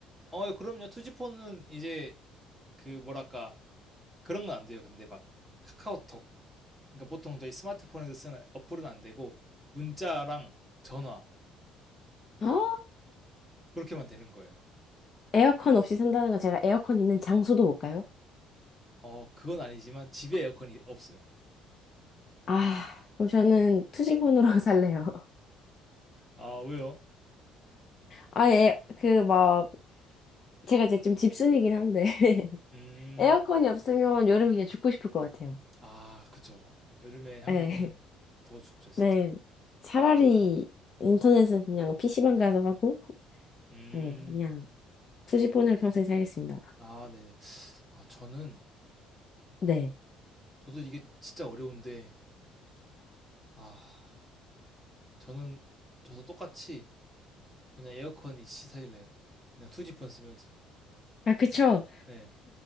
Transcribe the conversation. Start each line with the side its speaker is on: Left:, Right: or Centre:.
Centre: 어, 그럼요. 투지폰은 이제 그 뭐랄까 그런 건 안 돼요. 근데 막 카카오톡 그러니까 보통 저희 스마트폰에서 쓰는 어플은 안 되고 문자랑 전화
Left: 아,
Centre: 그렇게만 되는 거예요.
Left: 에어컨 없이 산다는 건 제가 에어컨 있는 장소도 못 가요?
Centre: 어 그건 아니지만 집에 에어컨이 없어요.
Left: 아, 그럼 저는 투지 폰으로 <laughs> 살래요.
Centre: 아 왜요?
Left: 아, 예, 그 막, 제가 이제 좀 집순이긴 한데, <laughs>
Centre: 음,
Left: 에어컨이 없으면 여름 그냥 죽고 싶을 것 같아요.
Centre: 아 그쵸. 여름에 한국은
Left: 예.
Centre: 더 춥죠 진짜.
Left: 네. 차라리 인터넷은 그냥 PC방 가서 하고,
Centre: 음,
Left: 네, 그냥 투지폰으로 평생 살겠습니다.
Centre: 아 네네. 아 저는
Left: 네.
Centre: 저도 이게 진짜 어려운데 아 저는 저도 똑같이 그냥 에어컨 이씨 살릴래요. 그냥 투지폰 쓰면서.
Left: 아, 그쵸.
Centre: 네,